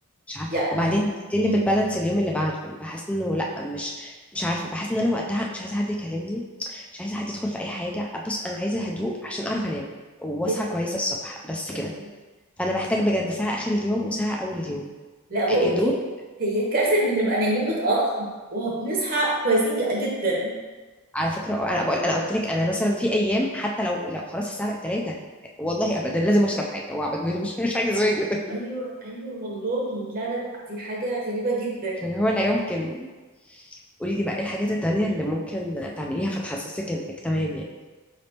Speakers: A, in the centre; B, on the right.
A: مش عارفه
B: يعني
A: وبعدين دي اللي
B: مم.
A: بتبالانس اليوم اللي بعده بحس انه لا مش مش عارفه بحس ان انا وقتها مش عايزه حد يكلمني مش عايزه حد يدخل في اي حاجه بص انا عايزه هدوء عشان اعرف انام واصحى
B: جدا
A: كويسه الصبح بس كده
B: الله
A: فانا بحتاج بجد ساعه اخر اليوم
B: مم.
A: وساعه اول اليوم
B: لا بقول
A: دول
B: لك ايه هي كارثه ان نبقى نايمين متاخر وبنصحى كويسين ج- جدا
A: على فكره انا بقول انا قلت لك انا مثلا في ايام حتى لو لو خلاص الساعه بقت 3 والله ابدا لازم اشرب حاجه واقعد <laughs> مش مش حاجه زمان كده
B: ايوه ايوه والله لا لا لا دي حاجه غريبه جدا
A: عشان هو لا يمكن قولي لي بقى ايه الحاجات التانية اللي ممكن تعمليها فتحسسك انك تمام يعني